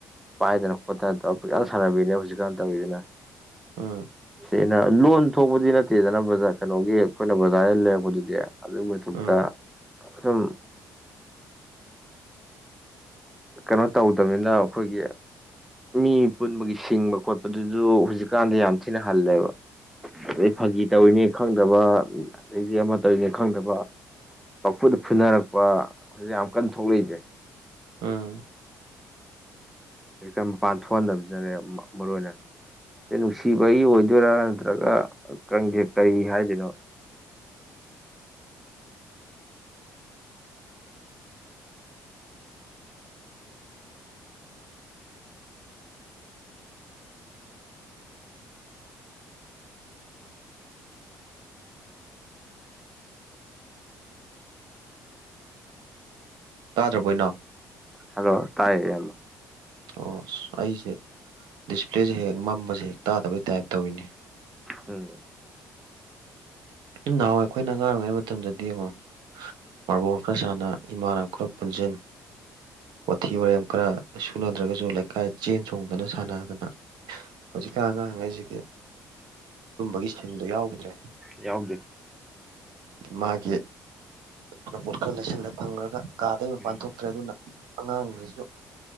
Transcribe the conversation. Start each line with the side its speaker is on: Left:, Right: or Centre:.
Centre: ꯄꯥꯏꯗꯅ ꯈꯣꯠꯇꯅ ꯇ‌ꯧ ꯄꯨꯛꯁꯥꯟ ꯁꯥꯟꯕꯤꯅꯦ ꯍꯧꯖꯤꯛꯀꯥꯟ ꯇꯧꯔꯤꯗꯨꯅ
Right: ꯑꯝ
Centre: ꯑꯩꯅ ꯂꯣꯟ ꯊꯣꯛꯄꯗꯤ ꯅꯠꯇꯦꯗꯅ ꯕꯖꯥꯔ ꯀꯩꯅꯣꯒꯤ ꯑꯩꯈꯣꯏꯅ ꯕꯖꯥꯔꯗ ꯂꯩꯔꯛꯄꯗꯨꯗꯤ ꯑꯗꯨꯒꯤ ꯃꯊꯛꯇ
Right: ꯎꯝ
Centre: ꯁꯨꯝ ꯀꯩꯅꯣ ꯇꯧꯗꯕꯅꯤꯅ ꯑꯩꯈꯣꯏꯒꯤ ꯃꯤ ꯄꯨꯟꯕꯒꯤ ꯁꯤꯡꯕ ꯈꯣꯠꯄꯗꯨꯗ ꯍꯧꯖꯤꯛꯀꯥꯟꯗ ꯌꯥꯝ ꯊꯤꯅ ꯍꯜꯂꯦꯕ ꯑꯗꯩ ꯐꯥꯒꯤ ꯇꯧꯔꯤꯅꯦ ꯈꯪꯗꯕ ꯑꯗꯩꯗꯤ ꯑꯃ ꯇꯧꯔꯤꯅꯦ ꯈꯪꯗꯕ ꯄꯐꯨꯗ ꯐꯨꯅꯔꯛꯄ ꯍꯧꯖꯤꯛ ꯌꯥꯝ ꯀꯟꯅ ꯊꯣꯛꯂꯛꯏꯁ꯭ꯔꯦ
Right: ꯎꯝ
Centre: ꯈ ꯃꯄꯥꯟ ꯊꯣꯛꯍꯟꯗꯕꯁꯤꯅꯅꯦ ꯃꯔꯨ ꯑꯣꯏꯅ ꯅꯨꯡꯁꯤꯕꯒꯤ ꯑꯣꯏꯗꯣꯏꯔꯥ ꯅꯠꯇ꯭ꯔꯒꯪꯁꯦ ꯀꯔꯤ ꯍꯥꯏꯗꯣꯏꯅꯣ
Right: ꯇꯥꯗ꯭ꯔꯕꯣꯏꯅꯣ
Centre: ꯍꯜꯂꯣ ꯇꯥꯏꯌꯦ ꯌꯥꯝꯣ
Right: ꯑꯣꯁ ꯑꯩꯁꯦ ꯗꯤꯁꯄ꯭ꯂꯦꯁꯦ ꯍꯦꯛ ꯃꯝꯕꯁꯦ ꯍꯦꯛ ꯇꯥꯗꯕꯩ ꯇꯥꯏꯞ ꯇꯧꯋꯤꯅꯦ
Centre: ꯎꯝ <unintelligible>
Right: ꯅꯍꯥꯟꯋꯥꯏ ꯑꯩꯈꯣꯏꯅ ꯑ ꯉꯥꯡ ꯑꯣꯏꯔꯤꯉꯩ ꯃꯇꯝꯗꯗꯤꯡꯉꯣ ꯃꯥꯔꯕꯣꯟ ꯈꯔ ꯁꯥꯟꯅ ꯏꯃꯥꯟꯅꯕ ꯈꯔ ꯄꯨꯟꯁꯤꯟ ꯋꯥꯊꯤ ꯋꯥꯔꯦꯝ ꯈꯔ ꯁꯨꯅꯗ꯭ꯔꯒꯁꯨ ꯂꯩꯀꯥꯏ ꯆꯦꯟ ꯆꯣꯡꯗꯅ ꯁꯥꯟꯅꯗꯅ ꯍꯧꯖꯤꯛꯀꯥꯟ ꯑꯉꯥꯡꯉꯩꯁꯤꯗꯤ ꯇꯨꯝꯕꯒꯤ ꯁꯤꯟꯗꯣ ꯌꯥꯎꯈꯤꯗ꯭ꯔꯦ
Centre: ꯌꯥꯎꯕ
Right: ꯃꯥꯒꯤ ꯃꯄꯣꯠ ꯈꯔ ꯂꯩꯁꯜꯂ ꯊꯝꯒꯔꯒ ꯀꯥꯗ ꯒꯤ ꯃꯄꯥꯟ
Centre: ꯎꯝ
Right: ꯊꯣꯛꯇ꯭ꯔꯦ ꯑꯗꯨꯅ ꯑꯉꯥꯡꯈꯩꯁꯨ